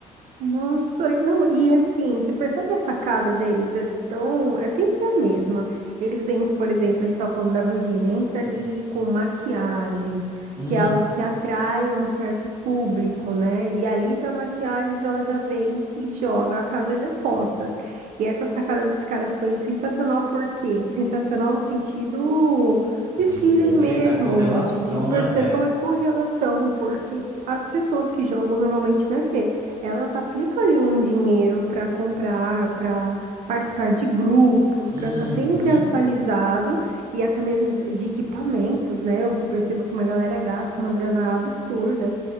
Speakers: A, on the right; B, on the right.
A: Nossa, não, e assim, você percebe a sacada deles? É tão, é sempre a mesma. Eles entram, por exemplo, a gente estava falando da Virgínia, entra ali
B: Hum.
A: com maquiagens,
B: Hum.
A: que é algo que atrai um certo público, né? E ali da maquiagens ela já vem e joga a casa de apostas. E essa sacada desse cara foi sensacional, por quê? Sensacional no sentido
B: De-
A: de feeling
B: do
A: mesmo,
B: que, da correlação,
A: de, de percepção
B: né? É.
A: e correlação, porque as pessoas que jogam normalmente, né, Fê? Elas aplicam ali um dinheiro para comprar, para participar de grupos,
B: Uhum.
A: para estar sempre atualizado e até mesmo de equipamentos, né? Eu percebo que uma galera gasta uma grana absurda.